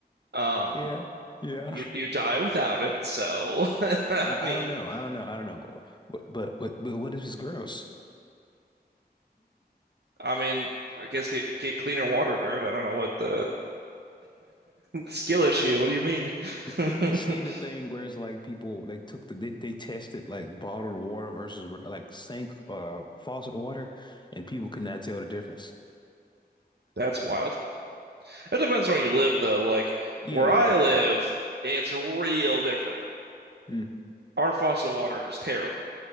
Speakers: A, on the right (about 85°); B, on the left (about 25°).
A: Um,
B: Yeah. Yeah.
A: you you die without it. So <laughs> I
B: I,
A: mean,
B: I don't know. I don't know. I don't know. But but but, but what if it's gross?
A: I mean, I guess get get cleaner water, nerd. I don't know what the <laughs> Skill issue. What do you mean?
B: Have you seen
A: <laughs>
B: the thing where it's like people they took the they, they tested like bottled water versus like sink uh faucet water and people could not tell the difference.
A: That's wild. It depends where you live, though. Like
B: Yeah,
A: where
B: yeah,
A: I live,
B: yeah.
A: it's real different.
B: Mm.
A: Our faucet water is terrible.